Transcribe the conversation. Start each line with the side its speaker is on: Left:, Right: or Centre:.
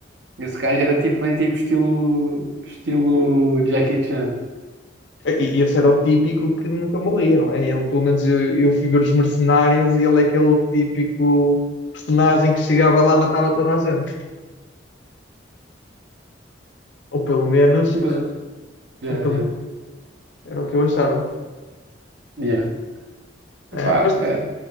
Right: Esse gajo era tipo, bem tipo estilo, estilo Jackie Chan.
Left: E e esse era o típico que nunca morria, não é? Ele, pelo menos eu, eu figuro os mercenários e ele é aquele típico personagem que chegava lá e matava toda a gente. Ou pelo menos,
Right: E, Mas,
Left: eh,
Right: yeah,
Left: ou pelo...
Right: yeah,
Left: era o que eu achava.
Right: yeah. Epá,
Left: Eh, Mas
Right: é,